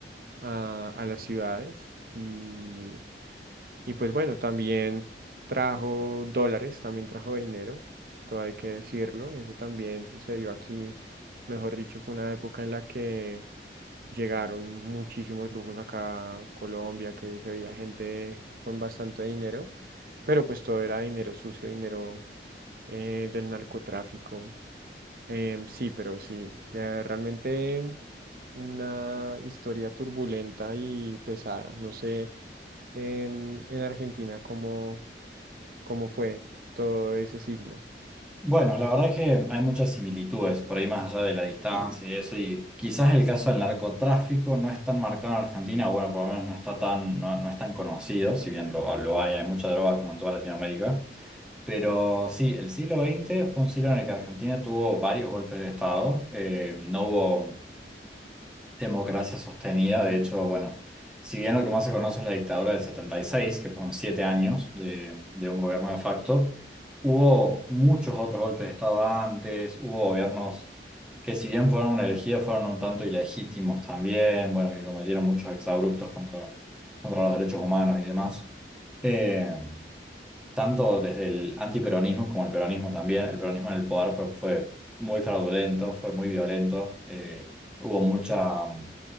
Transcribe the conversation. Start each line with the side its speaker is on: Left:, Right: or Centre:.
Right: a, a las ciudades. Y, y pues bueno, también trajo dólares, también trajo dinero, todo hay que decirlo. Eso también sucedió aquí. Mejor dicho, fue una época en la que llegaron muchísimos lujos acá a Colombia, que se veía gente con bastante dinero, pero pues todo era dinero sucio, dinero eh, del narcotráfico. Em, sí, pero sí, eh, realmente una historia turbulenta y pesada. No sé, en, en Argentina cómo, cómo fue todo ese siglo.
Centre: Bueno, la verdad es que hay muchas similitudes, por ahí más allá de la distancia y eso, y quizás el caso del narcotráfico no es tan marcado en Argentina, o bueno, por lo menos no está tan, no, no es tan conocido, si bien lo, lo hay, hay mucha droga como en toda Latinoamérica, pero sí, el siglo XX fue un siglo en el que Argentina tuvo varios golpes de Estado, eh, no hubo democracia sostenida. De hecho, bueno, si bien lo que más se conoce es la dictadura del setenta y seis que fueron siete años de, de un gobierno de facto, hubo muchos otros golpes de Estado antes, hubo gobiernos que si bien fueron elegidos, fueron un tanto ilegítimos también, bueno, que cometieron muchos exabruptos contra, contra los derechos humanos y demás. Eh, tanto desde el antiperonismo como el peronismo también. El peronismo en el poder fue, fue muy fraudulento, fue muy violento. eh, hubo mucha,